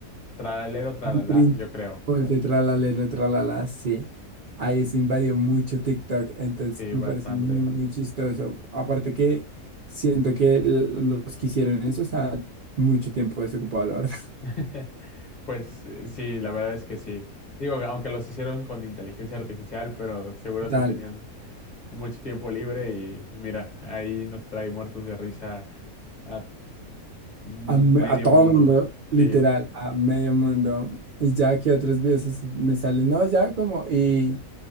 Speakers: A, on the left; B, on the right.
A: tralalero, tralala,
B: Tirin,
A: yo creo.
B: O el de tralalero, tralala, sí. Ahí se invadió mucho TikTok, entonces
A: Sí,
B: me
A: bastante.
B: parece muy, muy chistoso. Aparte que siento que l- los que hicieron eso estaban mucho tiempo desocupado la verdad. <laughs>
A: <laughs> Pues eh, sí, la verdad es que sí. Digo, aunque los hicieron con inteligencia artificial, pero seguro sí
B: Tal,
A: tenían mucho tiempo libre y mira, ahí nos trae muertos de risa a mu-
B: a, me-
A: medio
B: a todo
A: mundo.
B: el mundo, literal,
A: Sí,
B: a medio mundo. Y ya que otros videos así me salen, no, ya como, y...